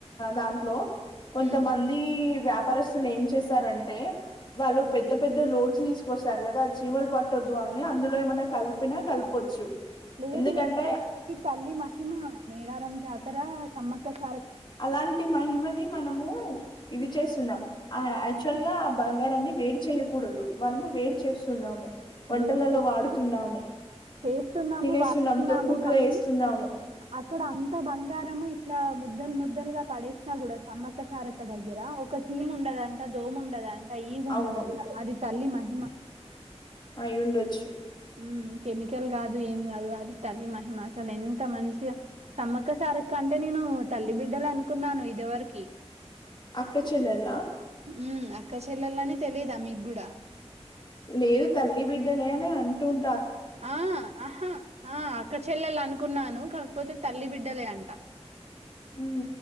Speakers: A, on the left (about 45°); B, on the right (about 70°).
A: దాంట్లో కొంతమంది
B: ఉమ్
A: వ్యాపారస్తులు ఏం చేస్త రంటే వాళ్ళు పెద్ద పెద్ద లోడ్స్ తీసుకొస్తారు కదా చీమలు పట్టొదు అని అందులో ఏమన్నా కలిపినా కలపొచ్చు
B: లేదు
A: ఎందుకంటే
B: లేదు ఈ తల్లి మహి మ మేడారం జాతర సమ్మక సా
A: అలాంటి మహిమని మనము ఇది చేస్తున్నాం ఆ యాక్చువల్ గా ఆ బంగారాన్ని వేడి చేయకూడదు మనము వేడి చేస్తున్నాము వంటలలో
B: వేడు చే
A: వాడుతున్నాము
B: చేస్తున్నాము
A: తినేస్తున్నాం
B: వాడుతున్నాము
A: తొక్కుట్లో
B: కానీ
A: వేస్తున్నాము
B: అక్కడ అంత బంగారము ఇట్లా ముద్దల్ ముద్దలుగా పడేసినా కూడా సమ్మక్క సారక్క దగ్గర ఒక చీమ ఉండదు అంటా దోమ ఉండదు అంటా కదా ఈగ
A: అవును
B: ఉండదంతా అది తల్లి మహిమ
A: అయి ఉండ వచ్చు
B: ఉమ్ కెమికల్ కాదు ఏం కాదు అది తల్లి మహిమా అసల ఎంత మంచిగా సమ్మక్క సారక్క అంటే నేను తల్లి బిడ్డలు అనుకున్నాను ఇదివరకి
A: అక్కచెల్లెల్లా
B: ఉమ్ అక్క చెల్లెల అని తెలీదా మీకు కూడా
A: లేదు తల్లి బిడ్డలే అని అంటుం
B: ఆ ఆహా ఆ అక్క చెల్లెలు అనుకున్నాను కాకపోతే తల్లి బిడ్డలే అంట
A: ఉమ్